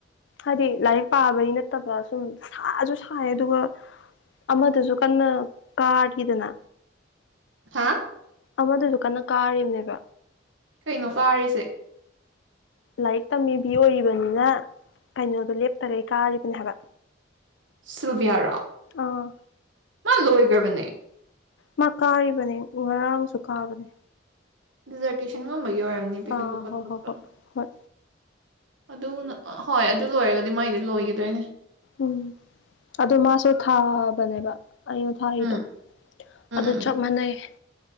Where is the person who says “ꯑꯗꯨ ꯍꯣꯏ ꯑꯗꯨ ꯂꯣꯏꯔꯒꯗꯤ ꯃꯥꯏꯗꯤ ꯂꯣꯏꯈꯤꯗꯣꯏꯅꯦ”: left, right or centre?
Right